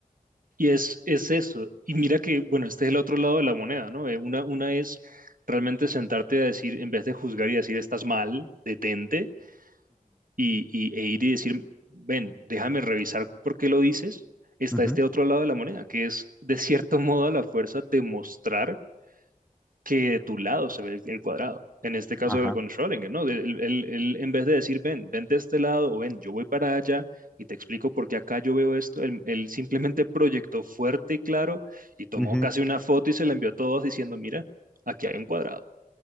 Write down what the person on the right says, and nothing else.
Y es, es eso. Y mira que, bueno, este es el otro lado de la moneda, ¿no? Eh, Una, una es realmente sentarte a decir, en vez de juzgar y decir, estás mal, detente, y, y- e ir y decir, ven, déjame revisar por qué lo dices, está
este
otro lado de la moneda, que es de cierto <laughs> modo a la fuerza demostrar que de tu lado se ve el, el cuadrado. En este caso
con Schrödinger, ¿no? De- Él, él- él, en vez de decir, ven, vente de este lado o ven, yo voy para allá y te explico por qué acá yo veo esto, él, él simplemente proyectó fuerte y claro y tomó
casi una foto y se la envió a todos diciendo, mira, aquí hay un cuadrado,